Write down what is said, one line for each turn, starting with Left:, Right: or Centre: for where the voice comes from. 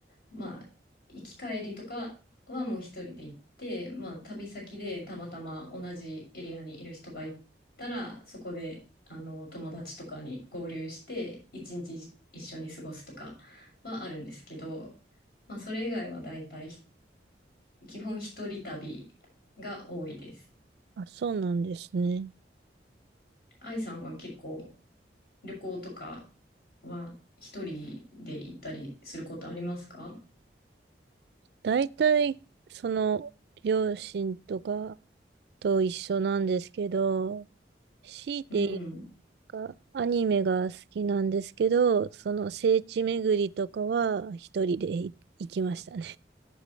Left: まあ、行き帰りとかはもう一人で行って、まあ、旅先でたまたま同じエリアにいる人がいたら、そこで、あの、友達とかに合流して、一日一緒に過ごすとかはあるんですけど、まあ、それ以外は大体、基本一人旅が多いです。
Right: あ、そうなんですね。
Left: 愛さんは結構旅行とかは一人で行ったりすることありますか
Right: 大体、その、両親とかと一緒なんですけど、強いて
Left: うん。
Right: かアニメが好きなんですけど、その聖地巡りとかは一人でい行きましたね。